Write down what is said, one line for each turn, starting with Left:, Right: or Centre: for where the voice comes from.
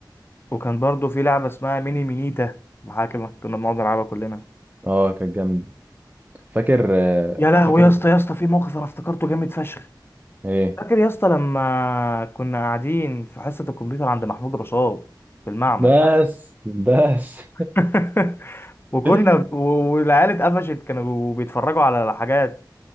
Left: وكان برضو في لعبة اسمها ميني مينيتا محاكمة كنا بنقعد نلعبها كلنا
Right: اه كانت جامدة فاكر آه،
Left: يا لهوي
Right: فاكر
Left: يا اسطى يا اسطى في موقف انا افتكرته جامد فشخ
Right: ايه
Left: فاكر يا اسطى لما كنا قاعدين في حصة الكمبيوتر عند محمود رشاد في المعمل
Right: بس
Left: تحت
Right: بس
Left: <laughs> وكنا
Right: <laughs>
Left: و- والعيال اتقفشت كانوا بيتفرجوا على حاجات